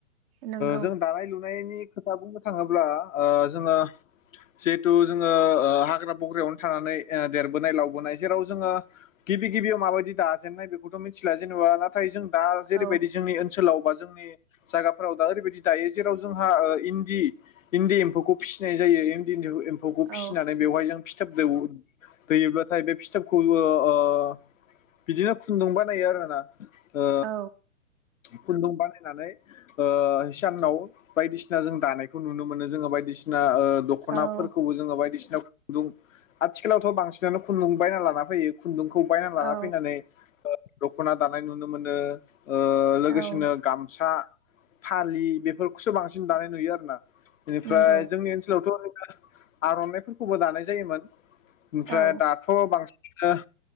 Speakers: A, on the right; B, on the left.
A: नंगौ
B: जों दानाय लुनाय नि खोथा बुंनो थाङोब्ला जोङो जिहेथु जोङो ओ हाग्रा बंग्रायावनो थानानै देरबोनाय लावबोनाय जेराव जोङो गिबि गिबियाव माबायदि दाजेननाय बेखौथ' मिथिला जेनेबा नाथाय जों दा जेरैबायदि
A: औ
B: जोंनि ओनसोलाव जोंनि जायाफोराव दा ओरैबायदि दायो जेराव जोंहादि इन्दि इन्दि एम्फौखौ फिसिनाय जायो। इन्दि एम्फौखौसिनानै
A: औ
B: बेहाय जों फिथोब होयो होयोब्लााथाय बे फिथाबखौ ओ बिदिनो खुन्दुं बानायो आरोना ओ
A: औ
B: खुन्दुं बानायनानै ओ हिसानाव बायदिसिना जों दानायखौ नुनो मोनो जोङो बायदिसिना। ओ दख'नाबो
A: औ
B: जोङो बायदिसिना <unintelligible> आथिखालावथ' बांसिनानो खुन्दुं बायना लाना फैयो। खुन्दुंखौ बायनानै लाना
A: औ
B: फैनानै ओ दखना दानाय नुनो मोनो। ओ लोगोसेनो
A: औ
B: गामसा फालि बेफोरखौसो बांसिन दानाय नुयो आरो ना। बेनिफ्राय
A: नंगौ
B: जोंनि ओनसोलावथ' ओरैनो आरनायफोरखौबो दानाय जायोमोन। ओमफ्राय
A: औ
B: दाथ' बांसिन